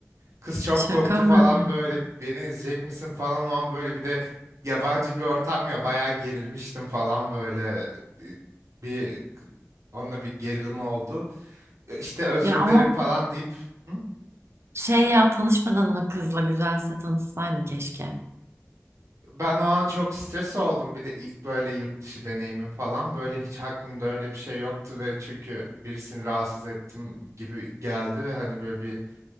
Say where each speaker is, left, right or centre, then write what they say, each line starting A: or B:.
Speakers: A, on the right; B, on the right.
A: Kız çok
B: şaka
A: korktu falan
B: mı?
A: böyle beni izleyecek misin falan o an böyle bir de yabancı bir ortam ya bayağı gerilmiştim falan böyle E, bir onunla bir gerilim oldu. E, İşte özür
B: Ya ama
A: dilerim falan deyip Hı?
B: şey ya tanışmadın mı kızla güzelse tanışsaydın keşke.
A: ben o an çok stres oldum bir de ilk böyle yurt dışı deneyimim falan böyle hiç aklımda öyle bir şey yoktu ve çünkü birisini rahatsız ettim gibi geldi ve hani böyle bir